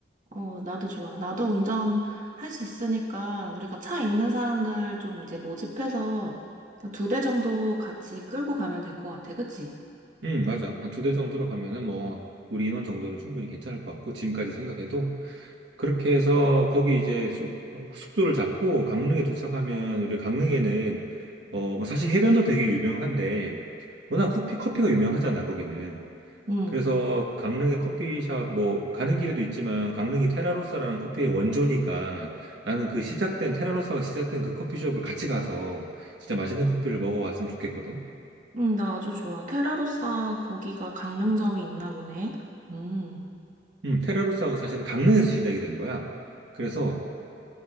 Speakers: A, on the right (about 45°); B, on the right (about 70°).
A: 어, 나도 좋아. 나도 운전할 수 있으니까 우리가 차 있는 사람들 좀 이제 모집해서 두 대 정도 같이 끌고 가면 될 것 같아. 그치?
B: 음, 맞아. 한 두 대 정도로 가면은 뭐, 우리 인원 정도는 충분히 괜찮을 것 같고, 지금까지 생각해도. 그렇게 해서 거기 이제 숙, 소를 잡고 강릉에 도착하면, 우리 강릉에는, 어, 뭐 사실 해변도 되게 유명한데, 워낙 커피, 커피가 유명하잖아, 거기는.
A: 응,
B: 그래서 강릉의 커피숍, 뭐, 가는 길에도 있지만, 강릉이 테라로사라는 커피의 원조니까, 나는 그 시작된, 테라로사가 시작된 그 커피숍을 같이 가서, 진짜 맛있는 커피를 먹어왔으면 좋겠거든.
A: 응, 나 아주 좋아. 테라로사 거기가 강릉점이 있나 보네. 음.
B: 음, 테라로사가 사실 강릉에서 시작이 된 거야. 그래서